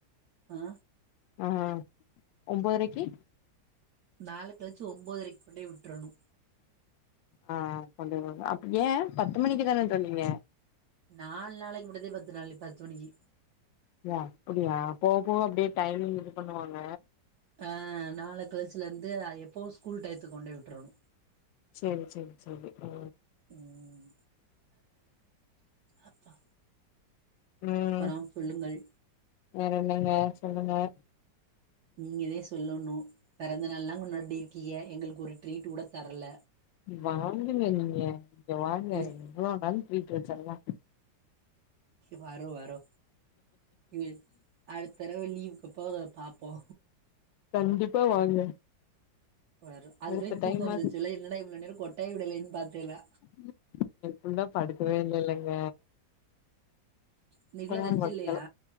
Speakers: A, on the right; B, on the left.
A: ஆ
B: ஆ ஒம்போதரைக்கி
A: நாள கழிச்சி ஒம்போதரைக் கொண்டே உட்றணு
B: ஆ கொண்டு விடனு அப்ப ஏ பத்து மணிக்கி தான சொன்னீங்க
A: நால் நாளைக்கி மட்டுந்தே பத்து நாளு பத்து மணிக்கி
B: ஓ அப்டியா போக போக அப்டியே டைமிங் இது பண்ணுவாங்க
A: ஆ நால கழிச்சலருந்து எப்போவு ஸ்கூல் டையத்துக்கு கொண்டே விட்றணு
B: சேரி சேரி சேரி ஆ
A: ம் அப்பா
B: ம்
A: அப்பறொ சொல்லுங்கள்
B: வேற என்னங்க சொல்லுங்க
A: நீங்கதே சொல்லணு பெறந்த நாள்லா கொண்டாடி இருக்கீங்க எங்களுக்கு ஒரு ட்ரீட்டு கூட தரல
B: வாங்குங்க நீங்க இங்க வாங்க
A: ம்
B: எவ்ளோ நாலு ட்ரீட்டு வச்சர்லா
A: வறோ வறோ இ அடுத்தடவ லீவுக்கு போக பாப்போ
B: கண்டிப்பா வாங்க
A: வர அதுக்குல
B: அடுத்த
A: தூக்கம்
B: டைமாது
A: வந்துச்சு இல்ல என்னடா இவ்ளோ நேரோ கொட்டாய் விடலனு பாத்தேலா
B: <unintelligible> ஃபுல்லா படுக்கவே இல்லலங்க
A: இன்னைக்குள்ள
B: சுத்தமா
A: ரெஸ்ட்
B: பத்தல
A: இல்லையா